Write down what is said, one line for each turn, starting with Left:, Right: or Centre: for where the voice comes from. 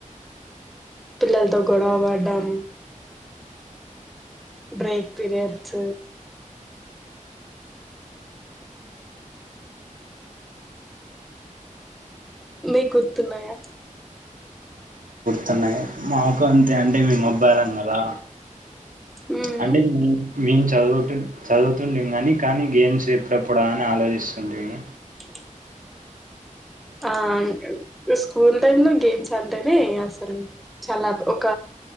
Centre: పిల్లలతో గొడవపడడం. బ్రేక్ పీరియడ్స్ మీకు గుర్తున్నాయా?
Right: తనే మాకు అంతే అంటే మీ మొబైల్ అన్నారా?
Centre: మ్మ్
Right: అంటే <inaudible> చదువుతుంది గానీ కానీ గేమ్స్ ఎప్పుడెప్పుడా అని ఆలోచిస్తుండేవి
Centre: ఉ ఆ స్కూల్ టైమ్ లో గేమ్స్ అంటేనే అసలు చాలా ఒక